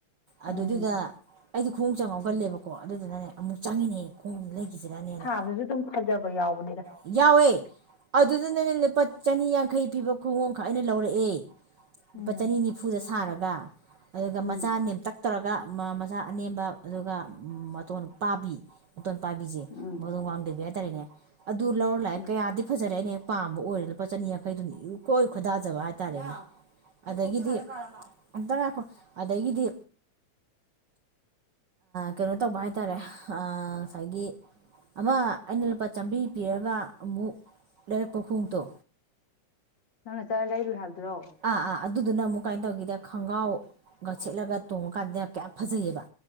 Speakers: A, on the right; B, on the left.
A: ꯑꯗꯨꯗꯨꯗ
B: ꯎꯝ
A: ꯑꯩꯗꯤ ꯈꯣꯡ ꯆꯪꯉꯥꯎꯒꯜꯂꯦꯕꯀꯣ ꯑꯗꯨꯗꯨꯅꯅꯦ ꯑꯃꯨꯛ ꯆꯪꯉꯤꯅꯦꯍ ꯈꯣꯡ ꯂꯩꯈꯤꯁꯤꯔꯅꯦꯅ
B: ꯑꯗꯨꯁꯨ ꯑꯗꯨꯝ ꯐꯖꯕ ꯌꯥꯎꯕꯅꯤꯗ
A: ꯌꯥꯎꯋꯦ ꯑꯗꯨꯗꯅꯅꯦ ꯂꯨꯄꯥ ꯆꯅꯤ ꯌꯥꯡꯈꯩ ꯄꯤꯕ ꯈꯨꯡꯎꯣꯡꯈꯛ ꯑꯩꯅ ꯂꯧꯔꯛꯑꯦ ꯂꯨꯄꯥ
B: ꯎꯝ
A: ꯆꯅꯤ ꯅꯤꯐꯨꯗ ꯁꯥꯔꯒ ꯑꯗꯨꯒ
B: ꯎꯝ
A: ꯃꯆꯥ ꯅꯦꯝꯇꯛ ꯇꯧꯔꯒ ꯃꯆꯥ ꯑꯅꯦꯝꯕ ꯑꯗꯨꯒ ꯃꯇꯣꯟ ꯄꯥꯕꯤ ꯃꯇꯣꯟ ꯄꯥꯕꯤꯁꯦ
B: ꯎꯝ
A: ꯃꯗꯣꯡ ꯋꯥꯡꯥꯡꯗꯕꯤ ꯍꯥꯏꯇꯥꯔꯦꯅꯦ ꯑꯗꯨ ꯂꯧꯔ ꯂꯥꯛꯑꯦ
B: ꯎꯝ
A: ꯀꯌꯥꯗꯤ ꯐꯖꯔꯦ ꯑꯩꯅ ꯍꯦꯛ ꯄꯥꯝꯕ ꯑꯣꯏꯔ ꯂꯨꯄꯥ ꯆꯅꯤꯌꯥꯡꯈꯩꯗꯨ ꯏꯀꯣꯏ ꯈꯣꯏꯗꯥꯖꯕ ꯍꯥꯏꯇꯥꯔꯦꯅꯦ ꯑꯗꯒꯤꯗꯤ ꯑꯝꯇ ꯉꯀꯣ ꯑꯗꯒꯤꯗꯤ ꯀꯩꯅꯣ ꯇꯧꯕ ꯍꯥꯏꯇꯥꯔꯦ ꯉꯁꯥꯏꯒꯤ ꯑꯃ ꯑꯩꯅ ꯂꯨꯄꯥ ꯆꯥꯃꯔꯤ ꯄꯤꯔꯒ ꯑꯃꯨꯛ ꯂꯩꯔꯛꯄ ꯈꯣꯡꯎꯇꯣ
B: ꯅꯪꯅ ꯆꯠꯂ ꯂꯩꯗꯨ ꯍꯥꯏꯕꯗ꯭ꯔꯣ
A: ꯑꯥ ꯑꯥ ꯑꯗꯨꯗꯨꯅ ꯑꯃꯨꯛ ꯀꯥꯏꯅ ꯇꯧꯒꯦꯗ ꯈꯣꯡꯒ꯭ꯔꯥꯎꯒ ꯁꯦꯠꯂꯒ ꯇꯣꯡꯉꯀꯥꯟꯗ ꯀꯌꯥꯝ ꯐꯖꯩꯌꯦꯕ